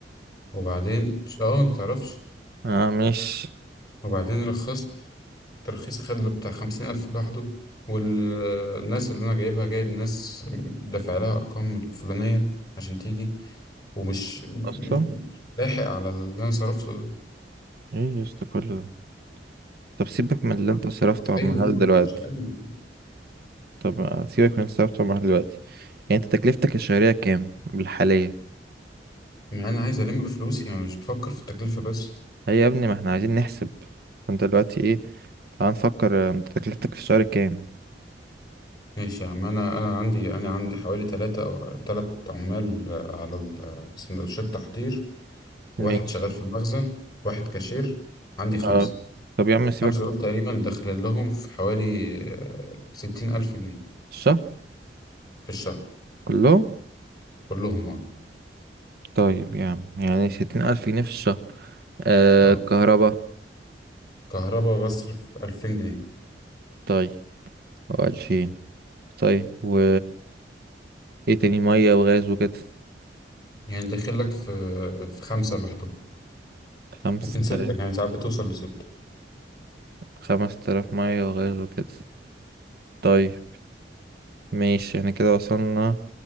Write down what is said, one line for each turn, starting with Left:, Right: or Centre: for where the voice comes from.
Left: وبعدين اه انت متعرفش
Right: اه مش
Left: وبعدين رخصت الترخيص خد له بتاع 50000 الف لوحده والناس اللي انا جايبها جايب ناس دافع لها ارقام الفلانية عشان تيجي ومش مش
Right: اصلا
Left: مش مش لاحق على اللي انا صرفته ده
Right: ايه يا اسطى كل ده طب سيبك من اللي
Left: انت
Right: انت صرفته
Left: متخيل
Right: على المحل
Left: ايه
Right: دلوقتي
Left: مش اقل
Right: طب سيبك من اللي انت صرفته على المحل دلوقتي يعني انت تكلفتك الشهرية كام بالحالية
Left: انا عايز الم فلوسي انا مش بفكر في التكلفه بس
Right: هي يا ابني ما احنا عايزين نحسب فانت دلوقتي ايه تعال نفكر آه، انت تكلفتك في الشهر كام
Left: ماشي يا عم انا انا عندي انا عندي حوالي ثلاثة او ثلاث عمال على ال- سندوتشات تحضير واحد
Right: ماشي
Left: شغال في المخزن واحد كاشير عندي خمسة
Right: اه طب يا عم سيبك
Left: خمسة دول تقريبا داخل لهم في حوالي آه، ستين ألف جنيه
Right: الشهر
Left: في الشهر
Right: كله
Left: كلهم اه
Right: طيب يا عم يعني ستين ألف جنيه في الشهر آه
Left: اه
Right: كهربا
Left: كهرباء بصرف ألفين جنيه
Right: طيب وألفين طيب و ايه تاني مية وغاز وكده
Left: يعني داخل لك في في خمسة لوحدهم
Right: خمس
Left: ممكن ستة
Right: تلاف
Left: يعني ساعات بتوصل لستة
Right: خمس تلاف مية وغاز وكده طيب ماشي احنا كده وصلنا